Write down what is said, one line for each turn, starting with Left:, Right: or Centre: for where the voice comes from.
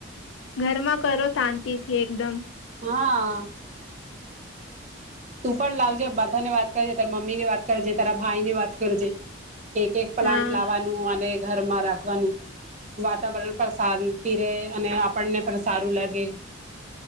Left: ઘરમાં કરો શાંતિ થી એકદમ
Right: હા તું પણ લાવજે બધા ને વાત કરેજે તારીા મમ્મી ની વાત કરેજે તારા ભાઈ ની વાત કરજે એક એક પ્લાન્ટ
Left: હા
Right: લાવવાનું અને ઘરમાં રાખવાનું વાતાવરણ પણ શાંતિ રહે અને આપણને પણ સારું લા, ગે